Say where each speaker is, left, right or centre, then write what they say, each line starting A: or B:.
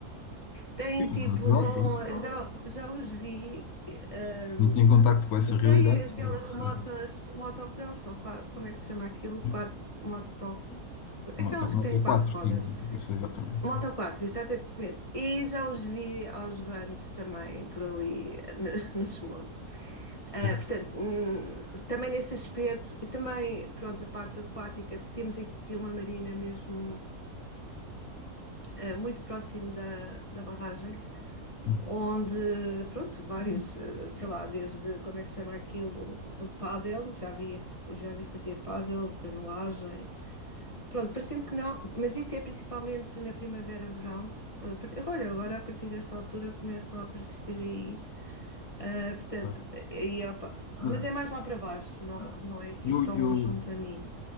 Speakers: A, on the left; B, on the left.
A: têm
B: Sim,
A: tipo,
B: é natural,
A: vão,
B: pronto.
A: já, já os vi, ehm,
B: Muito em contacto com essa realidade.
A: têm aquelas
B: Sim, sim,
A: motas, motocross, ou qua- como é que se chama aquilo?
B: sim.
A: Quatro, moto,
B: Uma
A: aquelas
B: nota
A: que têm quatro
B: 4
A: rodas.
B: sim, com certeza, exatamente.
A: Moto 4, exatamente. E já os vi aos vans também por ali <laughs> nos, nos montes. Ah,
B: Sim.
A: portanto, hum, também nesse aspecto, e também, pronto, a parte aquática, temos aqui uma marina mesmo ah, muito próximo da, da barragem,
B: É.
A: onde, pronto, vários, eh, sei lá, desde, como é que se chama aquilo, o pádel, já vi, já vi fazer pádel, canoagem, Pronto, parecendo que não, mas isso é principalmente na primavera, verão. A partir- Olha, agora a partir desta altura começam a aparecer aí, ah, portanto,
B: Ah,
A: aí, opa, mas
B: Não,
A: é mais lá para baixo, não, não é aqui
B: Eu,
A: tão
B: eu,
A: junto a mim.